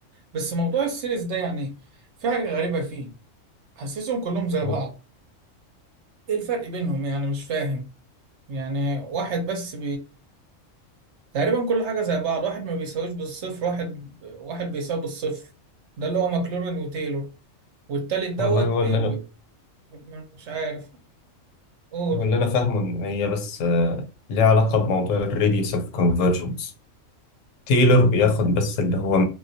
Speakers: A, on the right; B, on the left.
A: بس موضوع السيريز ده يعني في حاجة غريبة فيه حاسسهم كلهم زي
B: و-
A: بعض ايه الفرق بينهم يعني مش فاهم يعني واحد بس تقريبا كل حاجة زي بعض واحد ما بيساويش بالصفر واحد واحد بيساوي بالصفر ده اللي هو ماكلورين وتايلور والتالت دوت
B: والله هو اللي
A: ب...
B: أنا
A: ب... مش عارف قول
B: هو اللي أنا فاهمه إن هي بس آه، ليها علاقة بموضوع الريديوس أوف كونفرجنس تايلور بياخد
A: مم.
B: بس اللي هو